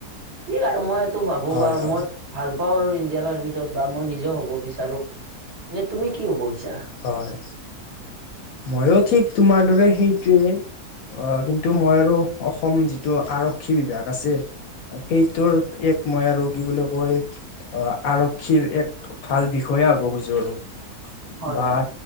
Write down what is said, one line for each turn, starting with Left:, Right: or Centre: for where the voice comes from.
Right: কি আৰু মই সেইটো ভাবো
Left: হয়
Right: বাৰু
Left: হয়
Right: মই ভাল পাও আৰু ইণ্ডিয়াৰ আৰ্মিতটোত বা মই নিজেও হ'ব বিচাৰো এনে তুমি কি হ'ব বিচাৰা
Left: হয় মায়ো ঠিক তোমাৰ দৰে সেইটোৱে অ কিন্তু মই আৰু অসম যিটো আৰক্ষী বিভাগ আছে সেইটোৰ এক মই আৰু কি বুলি কয় অ আৰক্ষীৰ এক ভাল বিষয়াে হ'ব খুজো আৰু
Right: হয়
Left: বা
Right: হয়